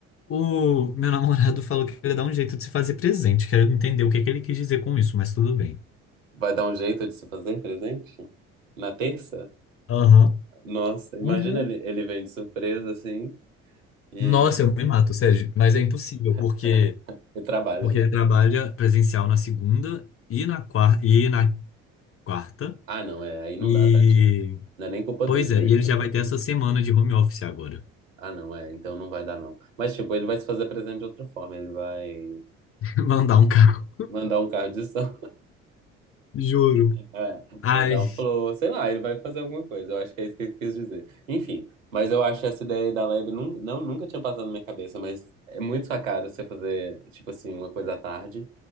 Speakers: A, on the left; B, on the right.
A: O meu namorado falou que ele dá um jeito de se fazer presente. Quero entender o que que ele quis dizer com isso, mas tudo bem.
B: Vai dar um jeito de se fazer presente? Na terça?
A: Aham.
B: Nossa, imagina
A: Uhum.
B: ele, ele vem de surpresa assim e,
A: Nossa, eu me mato, Sérgio. Mas é impossível,
B: <laughs>
A: porque,
B: e trabalha,
A: porque
B: né?
A: ele trabalha presencial na segunda e na quarta, e na quarta.
B: Ah, não, é, aí não
A: E,
B: dá, tadinho. Não é nem culpa
A: pois
B: dele,
A: é,
B: né?
A: e
B: Tipo,
A: ele já vai ter essa semana de home office agora.
B: ah, não, é, então não vai dar, não. Mas, tipo, ele vai se fazer presente de outra forma. Ele vai
A: <laughs> Mandar um carro.
B: mandar um carro de som.
A: Juro.
B: É,
A: Ai,
B: mandar um flow, sei lá, ele vai fazer alguma coisa. Eu acho que é isso que ele quis dizer. Enfim, mas eu acho essa ideia aí da lab nun- não, nunca tinha passado na minha cabeça, mas é muito sua cara você fazer, tipo assim, uma coisa à tarde